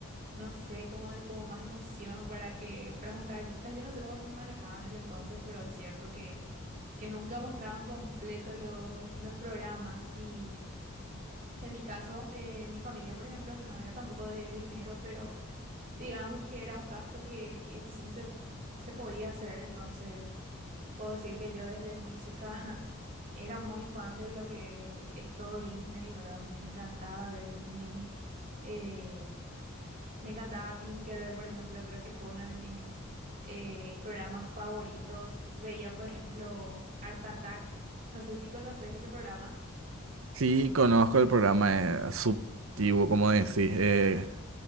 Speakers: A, on the right; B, on the right.
A: no sé, como, como más emoción para que, para juntar vistas. Yo no sé cómo se manejaban en ese entonces, pero es cierto que, que nunca mostraban completo los, los programas. Y en mi caso, eh, mi familia, por ejemplo, no era tampoco de dinero, pero digamos que era un gasto que, que sí se, se podía hacer, entonces puedo decir que yo desde muy chica <laughs> era muy fan de lo que es todo Disney, ¿verdad? Me encantaba ver Disney. Eh, me encantaba Tinkerbell, por ejemplo, creo que fue uno de mis eh, programas favoritos. Veía, por ejemplo, Art Attack. No sé si conoces ese programa.
B: Sí, conozco el programa, eh, sub- antiguo, como decís. eh,